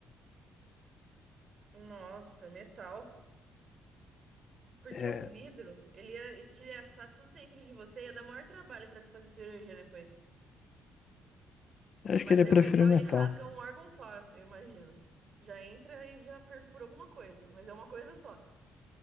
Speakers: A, on the right (about 50°); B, on the left (about 50°).
A: Nossa, metal. Porque
B: É,
A: o vidro, ele ia estilhaçar tudo dentro de você, ia dar maior trabalho pra tu fazer cirurgia depois.
B: eu acho
A: Mas
B: que ele
A: aí
B: preferir
A: o metal,
B: metal.
A: ele rasga um órgão só, eu imagino. Já entra e já perfura alguma coisa, mas é uma coisa só.